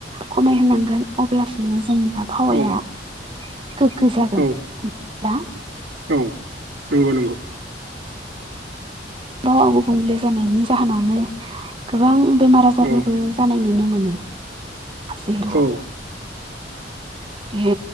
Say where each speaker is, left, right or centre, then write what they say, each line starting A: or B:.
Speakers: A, on the right; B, on the right.
A: खमायहोनांगोन अब्लासो जोंनि आबहावाया
B: औ
A: गोग्गो जागोन
B: औ
A: होमब्ला
B: औ नंगौ नंगौ
A: आबहावा गुबुंले जानायनि जाहोनावनो गोबां बेमार आजारबोबो
B: औ
A: जानाय नुनो मोनो। <unintelligible>
B: औ।
A: बे